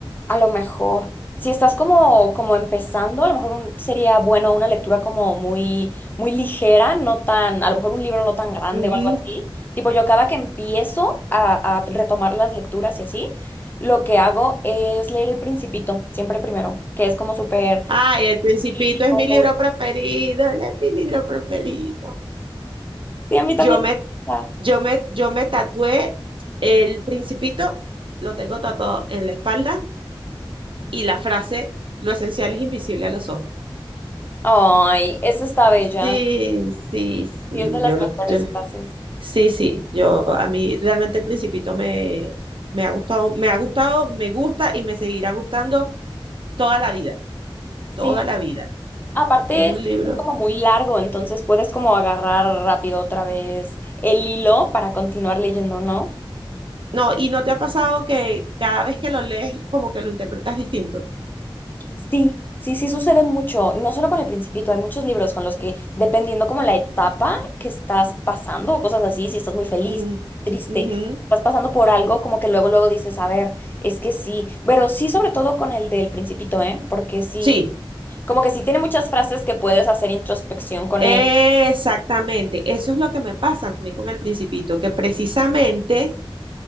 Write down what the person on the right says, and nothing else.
Ujú.
Ay, El Principito
es mi libro preferido, él es mi libro preferido.
Yo
me,
yo me, yo me tatué El Principito, lo tengo tatuado en la espalda y la frase, lo esencial es invisible a los ojos.
Sí, sí, sí,
yo
lo, yo-
Sí, sí, yo a mí realmente El Principito me, me ha gustado, me ha gustado, me gusta y me seguirá gustando toda la vida,
toda la vida.
Es un
libro.
No, y no te ha pasado que cada vez que lo lees como que lo interpretas distinto.
Mm,
ujú.
Sí,
exactamente.
Eso es lo que me pasa a mí con El Principito, que precisamente,